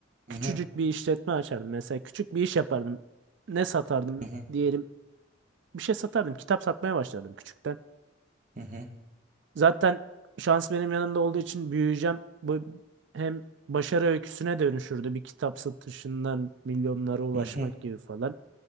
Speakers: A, on the right; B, on the right.
A: <laughs>
B: Küçücük
A: Hı hı,
B: bir işletme açardım mesela. Küçük bir iş yapardım. Ne satardım
A: hı hı,
B: diyelim. Bir şey satardım. Kitap satmaya başlardım küçükten.
A: hı hı,
B: Zaten şans benim yanımda olduğu için büyüyeceğim. Bu hem başarı öyküsüne dönüşürdü. Bir kitap satışından milyonlara ulaşmak
A: hı hı.
B: gibi falan.